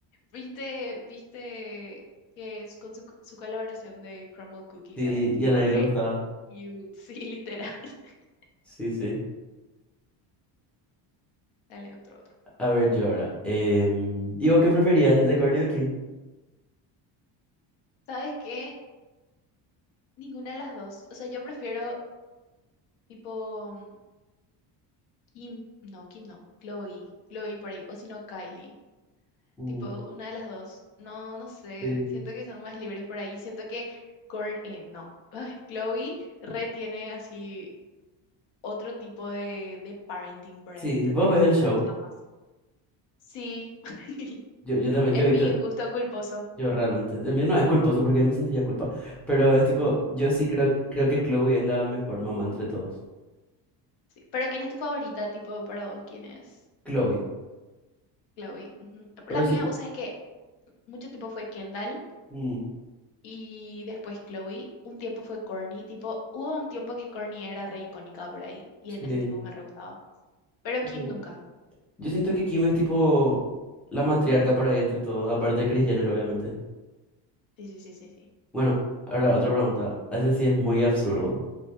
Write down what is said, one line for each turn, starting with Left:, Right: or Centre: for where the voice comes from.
Left: ¿Viste, viste que es con su, su colaboración de Crumble Cookies
Centre: Sí,
Left: ahí, tipo
Centre: y a nadie
Left: re
Centre: le gustaba.
Left: cute? <laughs> Sí, literal. <laughs>
Centre: Sí, sí.
Left: Dale, otro, otro.
Centre: A ver, yo ahora. em, ¿y vos qué preferías de Courtney Kim?
Left: ¿Sabes qué? Ninguna de las dos. O sea, yo prefiero, tipo. mm, Kim, no, Kim no, Chloe, Chloe por ahí, o si no Kylie,
Centre: Mm,
Left: tipo una de las dos. No, no sé,
Centre: sí.
Left: siento que son más libres por ahí, siento que Korn, eh, no, <laughs> ay, Chloe re tiene así otro tipo de, de parenting por
Centre: Sí,
Left: ahí, ¿entendés?
Centre: vos ves el
Left: Me
Centre: show.
Left: gusta más. Sí, <laughs>
Centre: Yo, yo también,
Left: es
Centre: yo he visto,
Left: mi gusto culposo.
Centre: yo realmente, el mío no es culposo porque me sentiría culpa, pero es tipo, yo sí creo, creo que Chloe es la mejor mamá entre todos.
Left: Sí. Pero ¿quién es tu favorita, tipo, para vos? ¿Quién es
Centre: Chloe.
Left: Chloe? Ujú. La
Centre: Pero
Left: mía,
Centre: sí,
Left: vos sabés que mucho tiempo fue Kendall.
Centre: mm,
Left: Y después Chloe, un tiempo fue Corny, tipo, hubo un tiempo que Corny era re icónica por ahí, y
Centre: sí.
Left: en ese tiempo me re gustaba. Pero
Centre: Eso.
Left: Kim nunca.
Centre: Yo siento que Kim es tipo la matriarca por ahí entre todos, aparte de Kris Jenner, obviamente.
Left: Sí, sí, sí, sí, sí.
Centre: Bueno, ahora otra pregunta. A ese sí es muy absurdo.